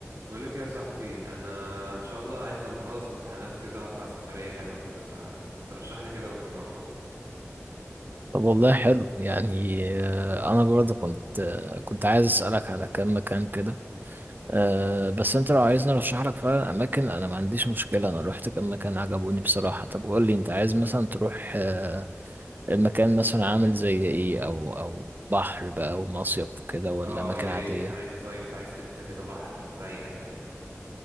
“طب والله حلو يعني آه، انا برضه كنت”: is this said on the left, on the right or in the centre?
Right